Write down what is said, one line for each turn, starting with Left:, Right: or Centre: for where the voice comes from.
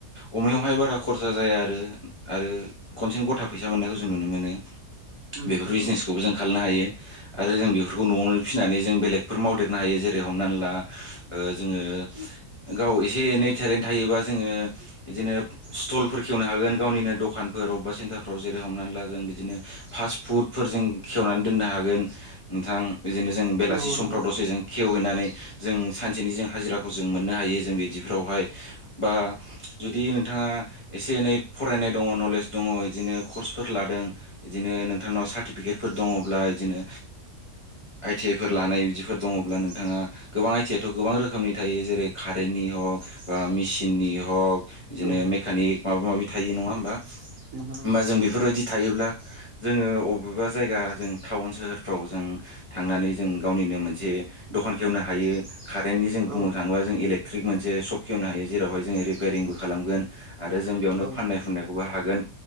Left: अमायावहाय
Right: औ
Left: बारा खरसा जाया आरो आरो खनसेनो गथा फैसा मोननायखौ जों नुनो मोनो।
Right: उम
Left: बेफोर
Right: नंगौ
Left: बिजनेसखौबो
Right: नंगौ
Left: जों खालामनो हायो आरो जों बेफोरखौ न'आवनो फिसिनानै जों बेलेगफोर मावदेरनो हायो जेरै हमना ला जोङो गाव एसे एनै टेलेन्ट थायोबा जोङो बिदिनो स्टलफोर खेवनो हागोन गावनिनो दखानफोर अबेबा सेन्टारफोराव जेरै हमनानै ला जों बिदिनो फास्ट फुडफोर जों खेवनानै दोननो हागोन नोंथां बिदिनो जों बेलासि
Right: औ
Left: समफ्राव
Right: नंगौ
Left: दसे जों खेवहैनानै जों सानसेनि जों हाजिराखौ जों मोननो हायो जों बिदिफ्रावहाय बा जुदि
Right: औ
Left: नों नोंथाङा एसे एनै फरायनाय दङ नलेज दङ बिदिनो कर्सफोर लादों बिदिनो नोंथांनाव सार्टिफिकेटफोर दङब्ला बिदिनो आइटि आइ बेफोर लानाय बिदिफोर दङब्ला नोंथाङा गोबां आइथियाथ' गोबां रोखोमनि थायो जेरै कारेन्टनि हक बा मेचिननि हग बिदिनो
Right: औ
Left: मेकानिक माबा माबि थायो नङा होमबा
Right: नंगौ नंगौ
Left: होमबा जों बेफोरबायदि थायोब्ला जोङो बबेबा जायगा जों टाउन सोहोरफ्राव जों थांनानै जों गावनिनो मोनसे दखान खेवनो हायो कारेन्टनि जों बुंनो
Right: औ
Left: थाङोबा जों इले थ्रिक मोनसे सब खेवनो हायो जेरावहाय जोङो रिपयारिंबो खालामगोन आरो जों बेयावनो
Right: औ
Left: फाननाय फुनायखौ बो हागोन